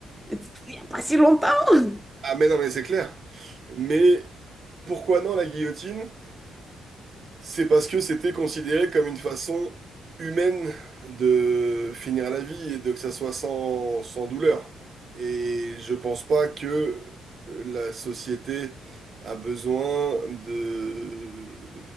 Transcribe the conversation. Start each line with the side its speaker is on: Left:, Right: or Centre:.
Centre: Et C'était Il n'y a pas si longtemps. <laughs>
Right: Ah mais non, mais c'est clair. Mais pourquoi non la guillotine? C'est parce que c'était considéré comme une façon humaine de finir la vie et de que ça soit sans, sans douleur. Et je pense pas que la société a besoin de